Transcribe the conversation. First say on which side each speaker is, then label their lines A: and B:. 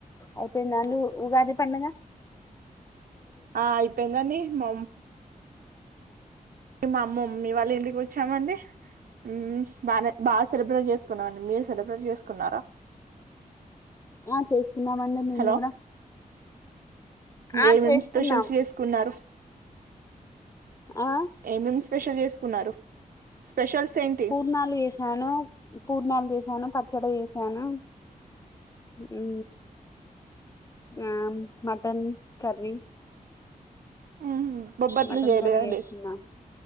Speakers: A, on the left; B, on the right.
A: అయిపోయిందా అండి ఉగాది పండగ
B: ఆ అయిపోయిందండి మమ్ ఎమ్ అమ్మమం మీ వాళ్ళ ఇంటికి వచ్చామండి ఉ బాలేద్ బా సెలబ్రేట్ చేసుకున్నాం మీరు సెలబ్రేట్ చే సుకున్నారా
A: ఆ చేసుకున్నామండి మేము
B: హలో
A: కూడా ఆ
B: ఏమేం
A: చేసుకున్నాం
B: స్పెషల్స్ చేసుకున్నారు
A: ఆ
B: ఏమేం స్పెషల్ చేసుకున్నారు స్పెషల్స్ ఏంటి
A: పూర్ణాలు చేసాను పూర్ణాలు చేసా సాను పచ్చడి చేసాను ఊ ఆ మటన్ కర్రీ
B: ఉహు బొబ్బట్లు
A: మటన్
B: చేయలేదా
A: కర్రీ
B: అండి
A: చేసుకున్నాం